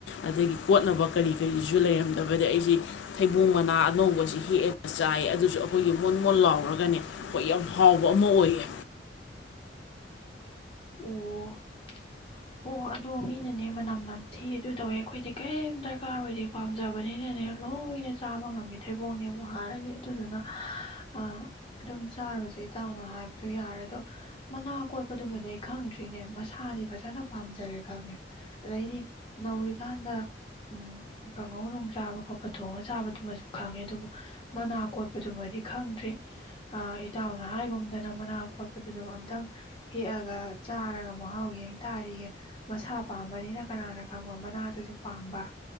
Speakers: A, on the left; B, on the left.
A: ꯑꯗꯒꯤ ꯀꯣꯠꯅꯕ ꯀꯔꯤ ꯀꯔꯤꯁꯨ ꯂꯩꯔꯝꯗꯕꯗ ꯑꯩꯁꯤ ꯊꯩꯕꯣꯡ ꯃꯅꯥ ꯑꯅꯧꯕꯁꯤ ꯍꯦꯛꯑꯦꯒ ꯆꯥꯏ ꯑꯗꯨꯁꯨ ꯑꯩꯈꯣꯏꯒꯤ ꯃꯣꯣꯟ ꯃꯣꯟꯣꯟ ꯂꯥꯎꯔꯒꯅꯦ ꯑꯩꯈꯣꯏ ꯌꯥꯝ ꯍꯥꯎꯕ ꯑꯃ ꯑꯣꯏꯌꯦ
B: ꯑꯣ ꯍꯣ ꯑꯗꯨ ꯃꯤꯅꯅꯦ ꯃꯅꯝ ꯅꯝꯊꯤ ꯑꯗꯨ ꯇꯧꯋꯦ ꯑꯩꯈꯣꯏꯗꯤ ꯀꯩꯝ ꯗꯔꯀꯥꯔ ꯑꯣꯏꯗꯦ ꯄꯥꯝꯖꯕꯅꯤꯅꯅꯦ ꯂꯣꯏꯅ ꯆꯥꯕ ꯉꯝꯃꯦ ꯊꯩꯕꯣꯡꯅꯦꯕꯨ ꯍꯥꯏꯔꯗꯤ ꯑꯗꯨꯗꯨꯅ ꯑꯗꯨꯝ ꯆꯥꯔꯨꯁꯦ ꯏꯇꯥꯎꯅ ꯍꯥꯏꯕꯗꯣ ꯌꯥꯔꯦ ꯑꯗꯣ ꯃꯅꯥ ꯀꯣꯠꯄꯗꯨꯃꯗꯤ ꯈꯪꯗ꯭ꯔꯤꯅꯦ ꯃꯁꯥꯗꯤ ꯐꯖꯅ ꯄꯥꯝꯖꯔꯦ ꯈꯪꯉꯦ ꯑꯗꯩꯗꯤ ꯅꯧꯔꯤꯀꯥꯟꯗ ꯀꯥꯡꯍꯧ ꯅꯨꯡ ꯆꯥꯕ ꯈꯣꯠꯄ ꯊꯣꯡꯉ ꯆꯥꯕꯗꯨꯃꯁꯨ ꯈꯪꯉꯦ ꯑꯗꯨꯕꯨ ꯃꯅꯥ ꯀꯣꯠꯄꯗꯨꯃꯗꯤ ꯈꯪꯗ꯭ꯔꯤ ꯏꯇꯥꯎꯅ ꯍꯥꯏꯒꯨꯝꯗꯅ ꯃꯅꯥ ꯀꯣꯠꯄꯗꯨꯗꯝ ꯑꯝꯇꯪ ꯍꯦꯛꯑꯒ ꯆꯥꯔꯒ ꯃꯍꯥꯎ ꯌꯦꯡ ꯇꯥꯔꯤꯌꯦ ꯃꯁꯥ ꯄꯥꯝꯕꯅꯤꯅ ꯀꯅꯥꯅ ꯈꯪꯕ ꯃꯅꯥꯗꯨꯁꯨ ꯄꯥꯝꯕ